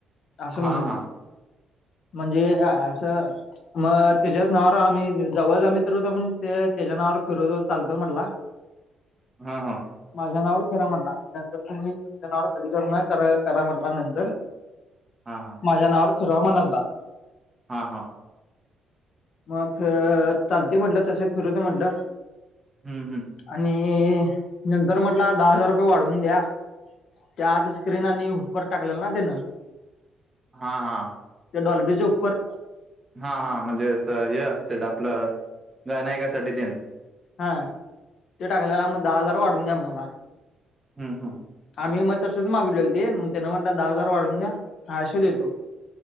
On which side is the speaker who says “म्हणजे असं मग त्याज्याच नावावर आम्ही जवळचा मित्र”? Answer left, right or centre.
Left